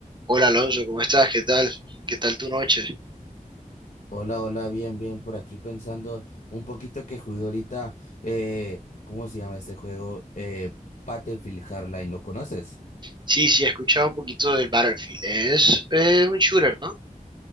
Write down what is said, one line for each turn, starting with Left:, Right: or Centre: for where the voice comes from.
Right: Hola Alonso, ¿cómo estás? ¿Qué tal? ¿Qué tal tu noche?
Left: Hola, hola, bien, bien, por aquí pensando un poquito que jugué ahorita, eh, ¿cómo se llama este juego? Eh, Battlefield Hardline, ¿lo conoces?
Right: Sí, sí, he escuchado un poquito del Battlefield. Es, es un shooter, ¿no?